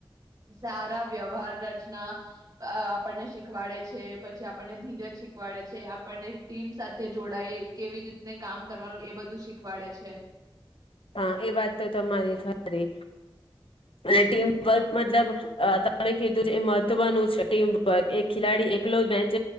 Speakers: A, on the right; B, on the left.
A: સારા વ્યવહાર રચના, આપણને શીખવાડે છે પછી આપણને ધીરજ શીખવાડે છે આપણને ટીમ સાથે જોડાય કેવી રીતે ને કામ કરવાનું એ બધું શીખ વાડે છે.
B: હા એ વાત તો તમારી ખરી. અને ટીમ
A: હમ.
B: વર્ક મતલબ કીધું એ મહત્વનું છે ટીમવર્ક, એ ખેલાડી એકલો જ મેચ